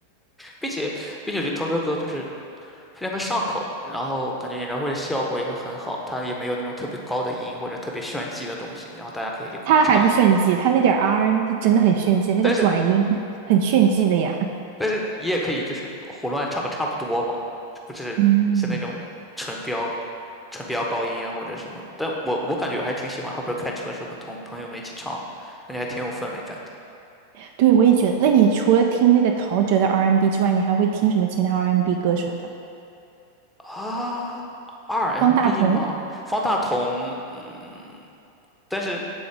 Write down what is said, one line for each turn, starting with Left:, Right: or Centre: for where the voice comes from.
Centre: 并且并且我觉得陶喆歌就是非常的上口，然后感觉演唱会的效果也会很好，他也没有那种特别高的音或者特别炫技的东西，然后大家可以一块儿唱，
Right: 他还不炫技，他那点 R&B n 真的很炫技，那个转音很炫技的呀。
Centre: 但是但是你也可以就是胡乱唱个差不多嘛，不是像那种纯飙
Right: 嗯，
Centre: 纯飙高音啊或者什么的，但我我感觉我还挺喜欢，好比如开车的时候跟同朋友们一起唱，感觉还挺有氛围感的
Right: 对，我也觉得。那你除了听那个陶喆的 R&B n 之外，你还会听什么其他 R&B n 歌手的？
Centre: 啊。R&B
Right: 方大同
Centre: 吗？方大同，嗯，但是。